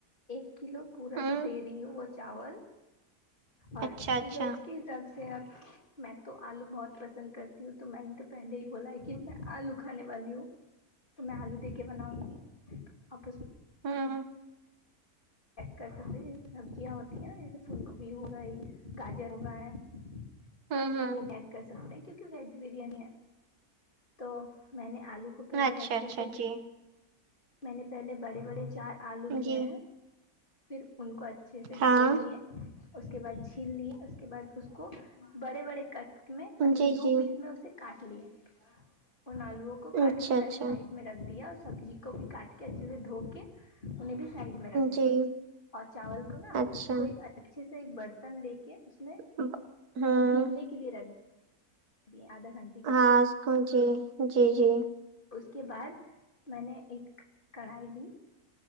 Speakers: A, on the left; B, on the right.
A: ایک کلو پورا
B: ہوں
A: دے رہی ہوں وہ چاول اور
B: اچھا اچھا
A: ویج کے حساب سے اب میں تو آلو بہت پسند کرتی ہوں تو میں نے تو پہلے ہی بولا کہ میں آلو کھانے والی ہوں تو میں آلو دے کے بناؤں گی آپ اس میں
B: ھم ھم
A: کر سکتے جیسے سبزیاں ہوتی ہیں نا جیسے پھول گوبی ہو گئی گاجر ہو گئے ہے
B: ہوں ہوں
A: وہ ایڈ کر سکتے ہیں کیونکہ ویج بریانی ہے تو میں نے آلو کو پہلے
B: اچھا
A: اچھے
B: اچھا
A: سے
B: جی
A: میں نے پہلے بڑے بڑے چار آلو لیے
B: جی
A: ہیں پھر ان کو اچھے سے
B: ہاں
A: دھو لیے اس کے بعد چھیلنی اس کے بعد اس کو بڑے بڑے کٹ میں مطلب
B: جی
A: دو
B: جی
A: پیس میں اسے کاٹ لیے ان آلووں کو کاٹ
B: اچھا
A: کے
B: اچھا
A: میں نے سائڈ میں رکھ دیا اور سبزی کو بھی کاٹ کے اچھے سے دھو کے انہیں بھی سائڈ میں رکھ دی
B: جی
A: ہیں اور چاول کو نا
B: اچھا
A: کوئی اچھے سے ایک برتن لے کے اس میں
B: ب- ہوں
A: بھیگنے کے لیے رکھ دیے آدہ گھنٹا
B: ہاں اس کو جی جی جی
A: اس کے بعد میں نے ایک کڑھائی لی